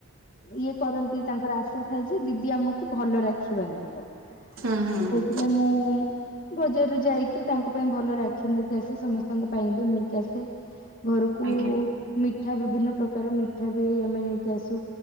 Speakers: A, on the left; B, on the right.
A: ଇଏ କରନ୍ତି ତାଙ୍କର ଆଶା ଥାଏ ଯେ ଦିଦି ଆମକୁ ଭଲ ରାଖି ବାନ୍ଧିବ।
B: ହୁଁ ହୁଁ।
A: ସେଇଥିପାଇଁ
B: ହୁଁ
A: ମୁଁ ବଜାରରୁୁ ଯାଇକି ତାଙ୍କ ପାଇଁ ଭଲ ରାକ୍ଷୀ ନେଇକି ଆସେ ସମସ୍ତଙ୍କ ପାଇଁ ବି ନେଇକି ଆସେ। ଘରୁକୁ
B: ଆଜ୍ଞା
A: ମିଠା ବିଭିନ୍ନ ପ୍ରକାର ମିଠା ବି ଆମେ ନେଇକି ଆସୁ।